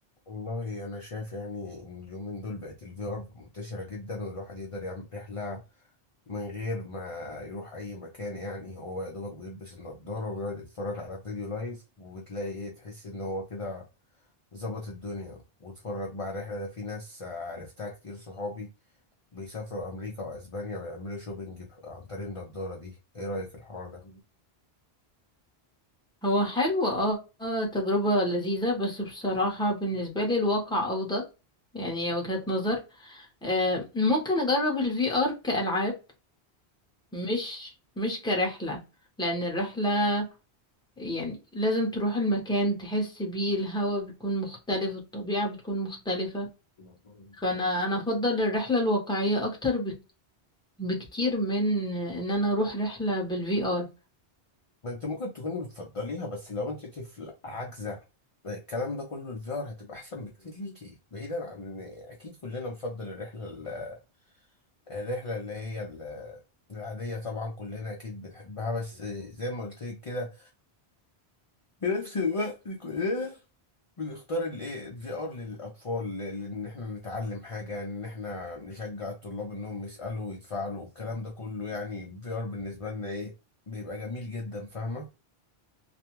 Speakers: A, on the left; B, in the centre.
A: والله انا شايف يعني ان اليومين دول بقت الفي ار منتشره جدا والواحد يقدر يعمل رحله من غير ما يروح اي مكان يعني هو يا دوبك بيلبس النضاره ويقعد يتفرج على فيديو لايف وتلاقي ايه تحس ان هو كده ظبط الدنيا واتفرج بقى على الرحله ده في ناس عرفتها كتير صحابي بيسافروا امريكا واسبانيا ويعملوا شوبينج ب- عن طريق النضاره دي ايه رايك الحوار ده
B: هو حلو اه آه، تجربة لذيذة بس بصراحة بالنسبة لي الواقع أفضل يعني هي وجهة نظر آه، ممكن أجرب الفي ار كألعاب مش مش كرحلة لأن الرحلة يعني لازم تروح المكان تحس بيه الهوا بيكون مختلف الطبيعة بتكون مختلفة
A: <laughs>
B: فأنا أنا أفضل الرحلة الواقعية أكتر بك- بكتير من إن أنا أروح رحلة بالفي ار
A: ما انت ممكن تكوني بتفضليها بس لو انت طفل عاجزة الكلام ده كله الفي ار هتبقى احسن بكتير ليكي بعيدا عن ان اكيد كلنا نفضل الرحلة ال- الرحلة اللي هي ال- العادية طبعا كلنا اكيد بنحبها بس زي ما قلت لك كده في نفس الوقت كلنا بنختار الايه الفي ار للاطفال ل- لان احنا نتعلم حاجة ان احنا نشجع الطلاب انهم يسألوا ويتفاعلوا والكلام ده كله يعني الفي ار بالنسبة لنا ايه بيبقى جميل جدا فاهمة